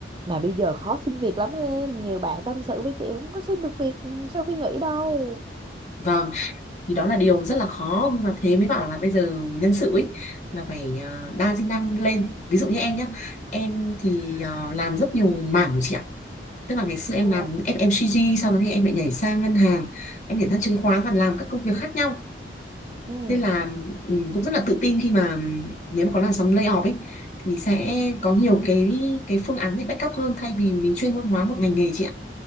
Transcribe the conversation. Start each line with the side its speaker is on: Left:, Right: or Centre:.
Right: mà bây giờ khó xin việc lắm em nhiều bạn tâm sự với chị không có xin được việc ừ, sau khi nghỉ đâu
Left: vâng thì đó là điều rất là khó nhưng mà thế mới bảo là bây giờ nhân sự ấy là phải ờ, đa sinh năng lên ví dụ như em nhé em thì ờ, làm rất nhiều mảng chị ạ tức là ngày xưa em
Right: ờ
Left: làm FMCG sau đó thì em lại nhảy sang ngân hàng em nhảy sang chứng khoán và làm các công việc khác nhau
Right: ừ,
Left: nên là ừ, cũng rất là tự tin khi mà ừ, nếu mà có làn sóng layoff ấy thì sẽ có nhiều cái cái phương án để backup hơn thay vì mình chuyên môn hóa một ngành nghề chị ạ